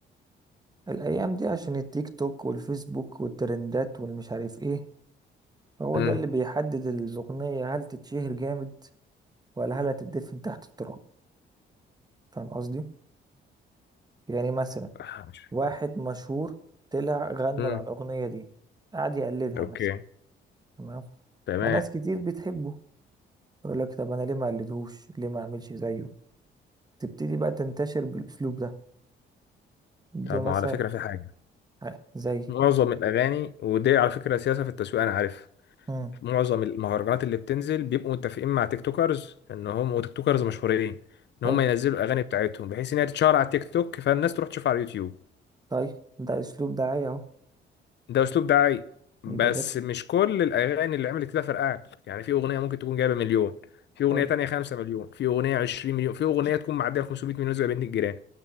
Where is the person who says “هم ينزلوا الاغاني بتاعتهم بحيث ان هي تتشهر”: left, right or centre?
Left